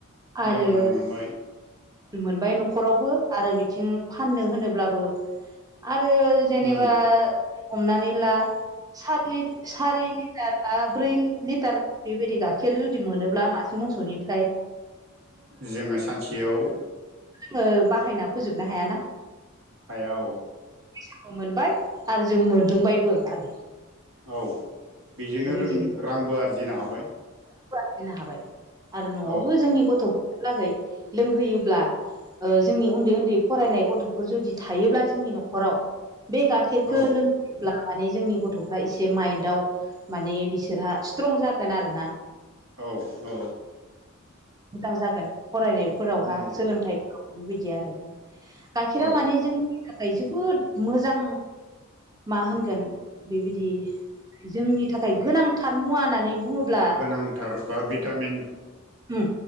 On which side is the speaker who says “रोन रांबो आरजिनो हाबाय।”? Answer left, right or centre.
Right